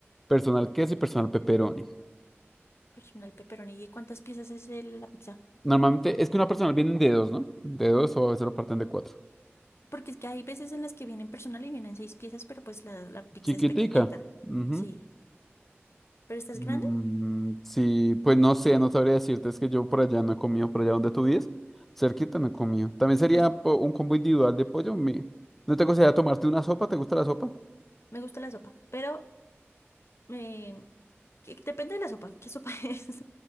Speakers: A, in the centre; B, on the left.
A: personal queso y personal pepperoni.
B: Personal pepperoni. ¿Y cuántas piezas es el- la pizza?
A: Normalmente es que una personal vienen de dos, ¿no? De dos o a veces lo parten de cuatro.
B: Porque es que hay veces en las que vienen personal y vienen seis piezas, pero pues la, la pizza
A: Chiquitica.
B: es pequeñita.
A: ujú.
B: Sí. ¿Pero esta
A: Mm,
B: es grande?
A: sí, pues no sé, no sabría decirte, es que yo por allá no he comido, por allá donde tú vives, cerquita no he comido. También sería
B: Pues
A: po- un combo individual de pollo. mi- ¿No te gustaría tomarte una sopa? ¿Te gusta la sopa?
B: me gusta la sopa, pero eh, que- depende de la sopa. ¿Qué sopa <laughs> es?